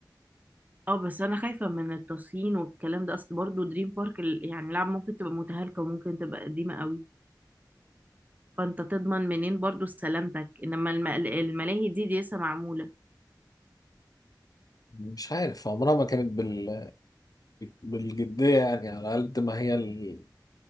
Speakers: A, on the right; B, on the left.
A: اه بس انا خايفة من التصين والكلام ده اصل برضو دريم بارك ال- يعني لعب ممكن تبقى متهالكة وممكن تبقى قديمة قوي فانت تضمن منين برضو سلامتك انما الم- الملاهي دي دي لسه معمولة
B: مش عارف عمرها ما كانت بال... بالجديه يعني على قد ما هي ال-